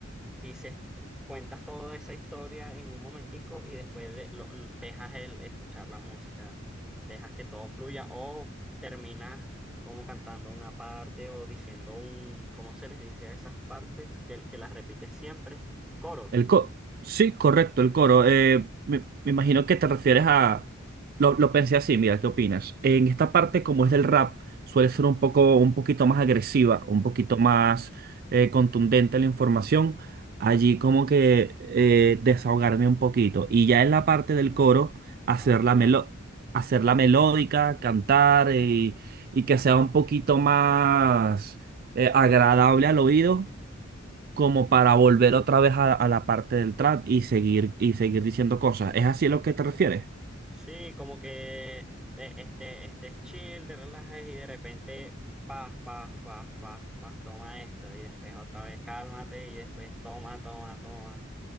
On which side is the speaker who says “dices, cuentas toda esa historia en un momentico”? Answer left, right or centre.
Centre